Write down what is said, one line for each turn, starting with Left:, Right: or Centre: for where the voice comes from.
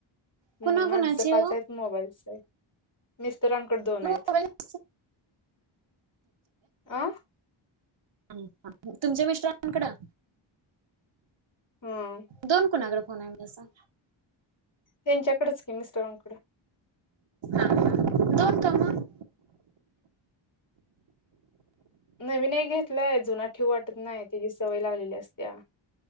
Left: हम्
Right: कुणा
Left: माणसं
Right: कुणाचे
Left: पाच
Right: ओ
Left: आहेत मोबाईल स <unintelligible> मिस्ट रांन कड दोन हाईत
Right: मोबाईल
Left: अं
Right: <unintelligible> तुमच्या मिस्टरांकडं
Left: हम्म
Right: दोन कोणाकड? <unintelligible> आहे जसा
Left: त्यांच्याकडच कि मिस्टराकड
Right: <inaudible> दोन का मग?
Left: नवीन घेतलाय जुना ठेव वाटत नाही त्याची सवय लागलेली असत्या